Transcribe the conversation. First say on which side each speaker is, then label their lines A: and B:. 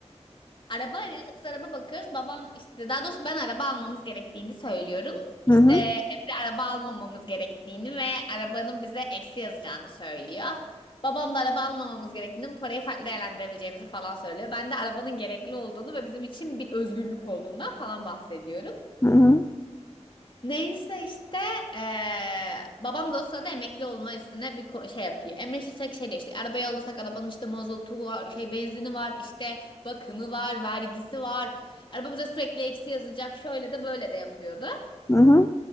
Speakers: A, on the left; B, on the left.
A: Araba arıyorduk biz araba bakıyoruz. Babam işte daha doğrusu ben araba almamız gerektiğini söylüyorum. İşte
B: Hı hı.
A: Emre araba almamamız gerektiğini ve arabanın bize eksi yazacağını söylüyor. Babam da araba almamamız gerektiğini, bu parayı farklı değerlendirebileceğimizi falan söylüyor. Ben de arabanın gerekli olduğunu ve bizim için bir özgürlük olduğundan falan bahsediyorum.
B: Hı hı.
A: Neyse işte eee, babam da o sırada emekli olma üstüne bir ko- şey yapıyor. Emre Şişek şey diyor işte arabayı alırsak arabanın işte mazotu var, şey benzini var, işte bakımı var, vergisi var. Araba bize sürekli eksi yazacak şöyle de böyle de yapıyordu.
B: Hı hı.